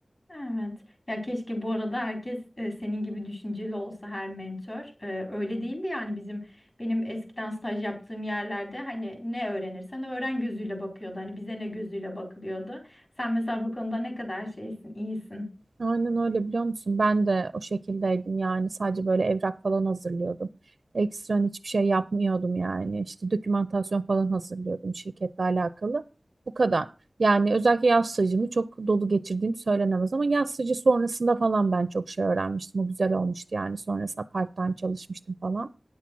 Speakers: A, on the left; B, on the right.
A: evet. Ya keşke bu arada herkes e, senin gibi düşünceli olsa her mentor. E, öyle değildi yani bizim benim eskiden staj yaptığım yerlerde hani ne öğrenirsen öğren gözüyle bakıyordu. Hani bize ne gözüyle bakılıyordu. Sen mesela bu konuda ne kadar şeysin, iyisin.
B: Aynen öyle biliyor musun? Ben de o şekildeydim yani sadece böyle evrak falan hazırlıyordum. Ekstran hiçbir şey yapmıyordum yani. İşte dokümantasyon falan hazırlıyordum şirketle alakalı. Bu kadar. Yani özellikle yaz stajımı çok dolu geçirdiğim söylenemez ama yaz stajı sonrasında falan ben çok şey öğrenmiştim. O güzel olmuştu yani sonrasında part-time çalışmıştım falan.